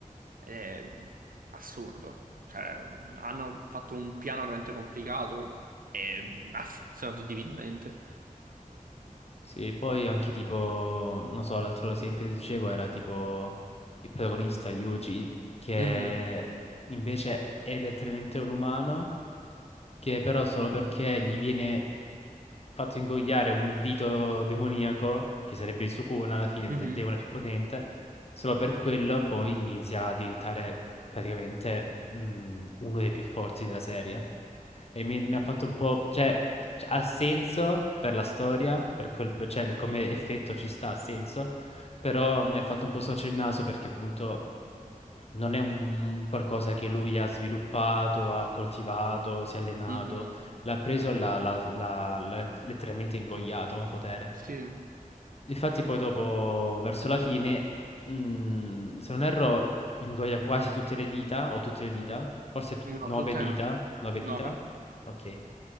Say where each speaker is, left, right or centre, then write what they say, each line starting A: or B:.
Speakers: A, on the right; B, on the left.
A: È assurdo. Cioè, mh, hanno fatto un piano veramente complicato e mh, ha funzionato divinamente.
B: Sì, poi anche tipo, non so, l'altro esempio che ti dicevo era tipo il protagonista Yuji, che
A: Mhm,
B: invece è letteralmente un umano, che però solo perché gli viene fatto ingoiare un dito demoniaco, che sarebbe il Sukuna alla fine,
A: mhm,
B: del demone più potente, solo per quello poi inizia a diventare praticamente mm, uno dei più forti della serie. E mi, mi
A: mm,
B: ha fatto un po'... Cioè, c- ha senso per la storia, per quel, cioè, come effetto ci sta, ha senso, però mi ha fatto un po' sorgere il naso perché appunto non è un qualcosa che lui ha sviluppato, ha coltivato, si è allenato,
A: mhm.
B: l'ha preso e l'ha l'ha- l'ha- l'ha letteralmente ingoiato come potere.
A: Sì,
B: Infatti poi dopo, verso la fine, mm, se non erro, ingoia quasi tutte le dita, o tutte le dita, forse t-
A: no,
B: nove
A: tutte
B: dita,
A: no.
B: nove
A: 9.
B: dita, ok